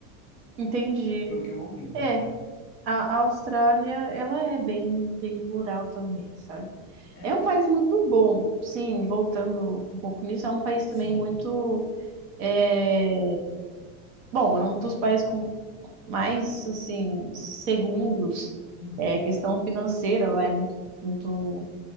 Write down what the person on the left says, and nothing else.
Foi o que eu ouvi, né?
Claro.
É?
Sim.
Uhum.